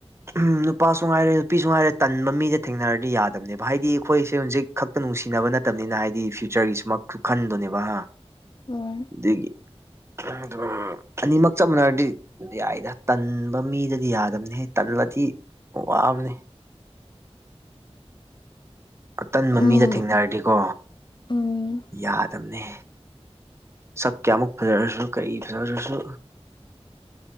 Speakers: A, on the right (about 25°); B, on the left (about 45°).
A: ꯅꯨꯄꯥꯁꯨ ꯉꯥꯏꯔꯦ ꯅꯨꯄꯤꯁꯨ ꯉꯥꯏꯔꯦ ꯇꯟꯕ ꯃꯤꯗ ꯊꯦꯡꯅꯔꯗꯤ ꯌꯥꯗꯕꯅꯦꯕ ꯍꯥꯏꯗꯤ ꯑꯩꯈꯣꯏꯁꯦ ꯍꯧꯖꯤꯛ ꯈꯛꯇ ꯅꯨꯡꯁꯤꯅꯕ ꯅꯠꯇꯕꯅꯤꯅ ꯍꯥꯏꯗꯤ ꯐ꯭ꯌꯨꯆꯔꯒꯤ ꯁꯃꯛ ꯈꯟꯗꯣꯅꯦꯕ ꯍꯥ
B: ꯎꯝ
A: <unintelligible> ꯑꯗꯨ ꯑꯅꯤꯃꯛ ꯆꯞ ꯃꯥꯟꯅꯔꯗꯤ ꯌꯥꯏꯗ ꯇꯟꯕ ꯃꯤꯗꯗꯤ ꯌꯥꯗꯕꯅꯤ ꯍꯦ ꯇꯜꯂꯗꯤ ꯋꯥꯕꯅꯦ ꯑꯇꯟꯕ
B: ꯎꯝ
A: ꯃꯤꯗ ꯊꯦꯡꯅꯔꯗꯤꯀꯣ
B: ꯎꯝ
A: ꯌꯥꯗꯅꯦ ꯁꯛ ꯀꯌꯥꯃꯨꯛ ꯐꯖꯔꯁꯨꯅ ꯀꯔꯤ ꯐꯖꯔꯁꯨ